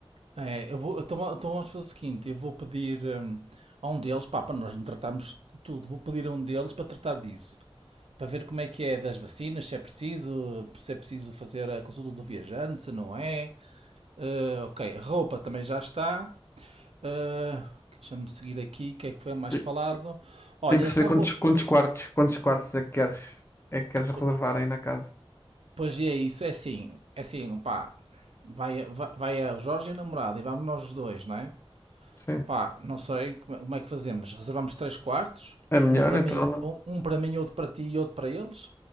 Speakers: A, on the right; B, on the left.
A: É, eu vou, então, va- então vamos fazer o seguinte, eu vou pedir hum, a um deles, pá, para nós não tratarmos de tudo, vou pedir a um deles para tratar disso, para ver como é que é das vacinas, se é preciso, se é preciso fazer a consulta do viajante, se não é. Eh, ok, a roupa também já está. Eh, deixa-me seguir aqui, o que é que foi mais
B: E
A: falado? Olha,
B: Tem que
A: eles
B: se
A: estavam...
B: ver quantos,
A: a-
B: quantos quartos, quantos quartos é que queres, é que queres reservar
A: po-
B: aí na casa.
A: Pois é isso, é assim, é assim, pá, vai, vai, vai o Jorge e a namorada e vamos nós os dois, não é?
B: Sim.
A: Pá, não sei como é como é que fazemos. Reservamos três quartos?
B: É melhor
A: Um para
B: então.
A: mim,
B: não-
A: um, um para mim, outro para ti e outro para eles?